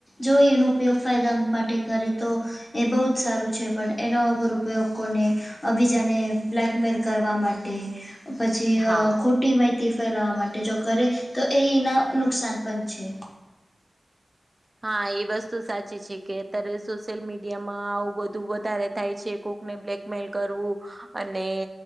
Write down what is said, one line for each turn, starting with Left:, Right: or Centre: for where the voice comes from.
Left: જો એનો ઉપયોગ ફાયદા માટે કરે તો, એ બહુ જ સારું છે પણ એનો વગર ઉપયોગ કોને અ બીજાને બ્લેકમેલ કરવા માટે, પછી
Right: હા
Left: અ ખોટી માહિતી ફેલાવા માટે જો કરે તો એ ઈના નુકસાન પણ છે.
Right: હા એ વસ્તુ સાચી છે કે અત્યારે સોશિયલ મીડિયામાં આવું બધું વધારે થાય છે. કોક ને બ્લેકમેલ કરવું, અને